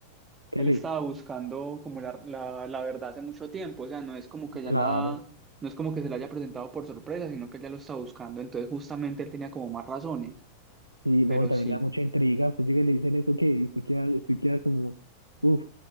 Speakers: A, on the right; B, on the right.
A: que
B: él estaba buscando como la, la, la verdad hace mucho tiempo, o sea, no es como que ya
A: claro.
B: la, no es como que se la haya presentado por sorpresa, sino que él ya lo estaba buscando, entonces justamente él tenía como más razones,
A: Sí,
B: pero
A: no, y también
B: sí,
A: le da mucha intriga. Usted llega y le dicen eso, ¿qué? Y usted queda, usted queda como, uff,